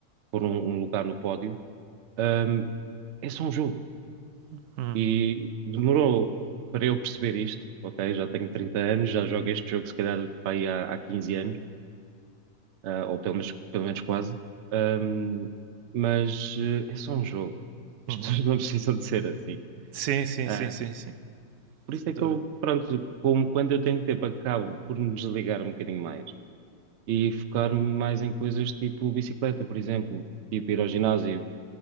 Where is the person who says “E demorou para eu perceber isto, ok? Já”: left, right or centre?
Right